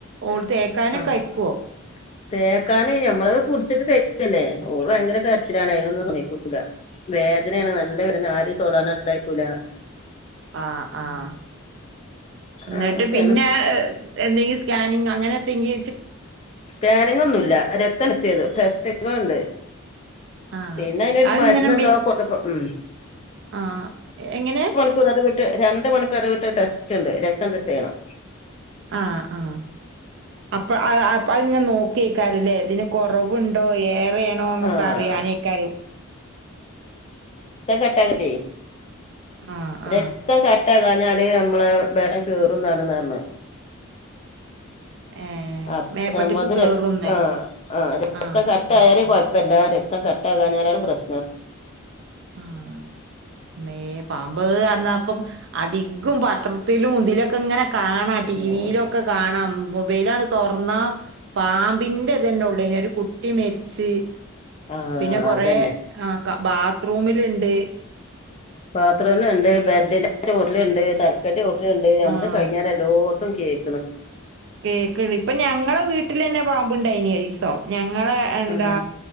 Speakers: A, on the right; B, on the left.
A: ഓള് തേക്കാനൊക്കെ
B: ആഹ്
A: അഴിക്കുവോ
B: <inaudible> തേക്കാന് ഞമ്മളത് പിടിച്ചിട്ട് തേക്കല്ലേ ഓള് ഭയങ്കര കരച്ചിലാണ് അതിനൊന്നും സമയിക്കൂല്ല വേദനയാണ് നല്ല വേദന ആര് തൊടാന് ഉണ്ടായിക്കൂല
A: ആഹ് ആഹ് എന്നിട്ട്
B: അങ്ങനൊക്കെയാണ്
A: പിന്നെ എന്തെങ്കിലും സ്കാനിങ് അങ്ങനെ എത്തെങ്കി
B: സ്കാനിങ് ഒന്നുമില്ല രക്തം ടെസ്റ്റ്‌ ചെയ്തു ടെസ്റ്റിഗ് ഉണ്ട്
A: ആഹ്
B: പിന്നെ അതിനൊരു
A: അത്ങ്ങനെ
B: മരുന്ന്താ
A: മി
B: കൊടുത്തപ്പം ഉം
A: ആഹ് എങ്ങനെ
B: ഒന്നിട വിട്ട് രണ്ട് മണിക്കൂർ ഇട വിട്ട് ടെസ്റ്റ് ഉണ്ട് രക്തം ടെസ്റ്റ് ചെയ്യണം
A: ആഹ് ആഹ് അപ്പം അത് ഇങ്ങനെ നോക്കിയക്കാറല്ലേ ഇതിന് കൊറവുണ്ടോ ഏഹ് വേണോ എന്നൊക്കെ
B: ആഹ്
A: അറിയാനക്കാരം
B: കെട്ടുവോക്കെ ചെയ്യും
A: ആഹ ആ
B: രം കററ്റാകഞ്ഞാല് നമ്മള വിഷം ക കേറുംതാണ്ന്ന് പറഞ്ഞ
A: ഏഹ്
B: അ
A: മേപ്പട്ട്ക്ക്
B: നമ്മത്
A: കേറുംന്ന്
B: ര ആഹ ആ രക്ത
A: ആഹ്
B: കട്ടായാല
A: ആഹ് ആഹ്
B: ഇപ്പ എല്ലാ രക്തം കട്ടാകാനാണ് പ്രശ്നം
A: ആഹ് മേ പാമ്പ് അന്നപ്പം അധികം പത്രത്തിലും മുന്തിലൊക്കെ ഇങ്ങനെ കാണാം ടി
B: ഉം
A: വിയിലൊക്കെ കാണാം മൊബൈലാണ് തൊറന്ന പാമ്പിന്റെതന്നെ ഉള്ളനെ ഒരു കുട്ടി മരിച്ച്
B: ആഹ്
A: പിന്നെ കൊറ
B: അതന്നെ
A: ആ ബാത്ത്റൂമിലുണ്ട്
B: ബാത്റൂമ ഉണ്ട് ബെഡിന്റെ ഹോട്ടല ഉണ്ട് തലക്കാലന്റെ ഹോട്ടല ഉണ്ട് നമത്
A: ആഹ്
B: കഴിഞ്ഞ എല്ലോർത്തും കേക്കണം
A: കേക്ക ഇപ്പൊ ഞങ്ങള വീട്ടിൽന്നെ പാമ്പുണ്ടായിന അരീസോ ഞങ്ങള എന്താ
B: ഉം